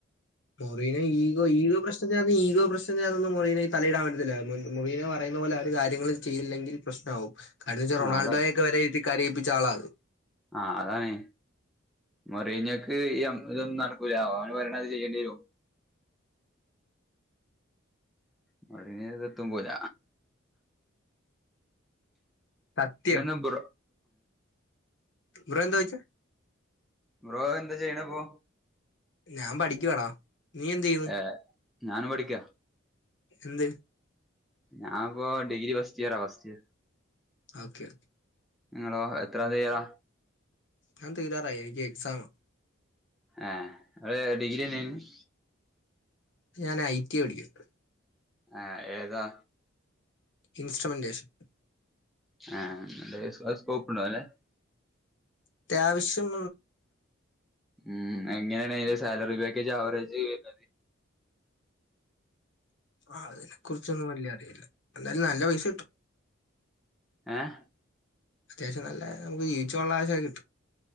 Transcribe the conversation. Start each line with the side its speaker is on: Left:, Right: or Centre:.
Left: മോറിന ഈഗോ ഈഗോ പ്രശ്ന ഈഗോ പ്രശ്ന അതന്ന മുറീന തലയിടാവ മുറന പറുന്ന പോലെ അവ കാര്യങ്ങളൾ ചെയ്തില്ലെങ്കിൽ പ്രശ്നമാവും എന്ന് വച്ചാ
Centre: ആ
Left: റൊണാൾഡോ
Centre: അതാ
Left: ഒക്കെ <unintelligible> കരയിപ്പിച്ച ആള അത്
Centre: ആഹ് അതാണ് മോറിനക്ക് ഈ ഇതൊന്നും നടക്കൂല ഓന് പറയണത് ചെയ്യേണ്ടി വരും
Left: <inaudible>
Centre: മോറിന എത്തും പോല
Left: സത്യം
Centre: എന്നാബ്രോ
Left: ബ്രോ എന്താ ചോദിച്ചേ
Centre: ബ്രോ എന്താ ചെയ്യണപ്പോ
Left: ഞാൻ പഠിക്കുവാടാ നീ എന്ത് ചെയ്യുന്നു
Centre: ഏഹ് ഞാൻ പഠിക്ക
Left: എന്തിന്
Centre: ഞാാനിപ്പോ ഡിഗ്രി ഫസ്റ്റ് ഇയറാ ഫസ്റ്റ്യർ
Left: ഓക്കെ
Centre: നിങ്ങളോ എത്ര തരാ
Left: ഞാൻ തീരാറായി എനിക്ക് എക്സാം
Centre: ഏഹ് ങ്ങള് ഡിഗ്രിയെന്നായിരുനി
Left: ഞൻ ഐ ടി പഠിക്ക
Centre: ആഹ് ഏതാ
Left: ഇൻസ്ട്രുമെന്റ്റേഷൻ
Centre: ആഹ് അഹ് സ്കോപ്പ് ഉണ്ടോ നല്ലേ
Left: അത്യാവശ്യം
Centre: ഉം എങ്ങനെയാണ് അതിന്റെ സാലറി പാക്കേജ് അവവറേജ് വരുന്നത്
Left: ആഹ് അതിനെ കുുറിച്ചൊന്നും വലിയ അറിയില്ല എന്നാലും നല്ല പൈസ കിട്ടും
Centre: ആഹ് ഏ
Left: അത്യാവശം നല്ലനമുക്ക് ജീവിച്ചു പോവാൻള്ള കാശൊക്കെകിട്ടും